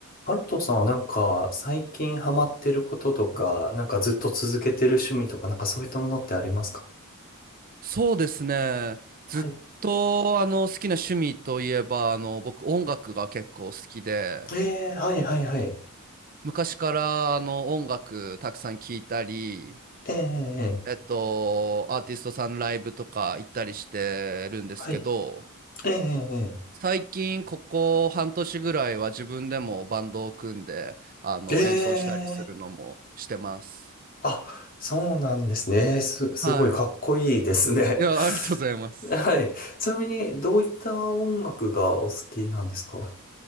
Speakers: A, on the left; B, on the right.
A: ハルトさんはなんか最近ハマってることとか、なんかずっと続けてる趣味とか、なんかそういったものってありますか
B: そうですね。ずっとあの好きな趣味といえばあの僕音楽が結構好きで
A: はい。えー、はいはいはい。
B: 昔からあの音楽たくさん聴いたり
A: えー、えー
B: えっとアーティストさんライブとか行ったりしてるんですけど
A: はい。えー、え
B: 最近ここ半年ぐらいは自分でもバンドを組んであの演奏したりするのもしてます。
A: ーえーえーあ、そうなんですね。す、すごいかっこいいですね。
B: はい。いや、
A: <laughs>
B: ありがとうございます。
A: はい。ちなみに、どういった音楽がお好きなんですか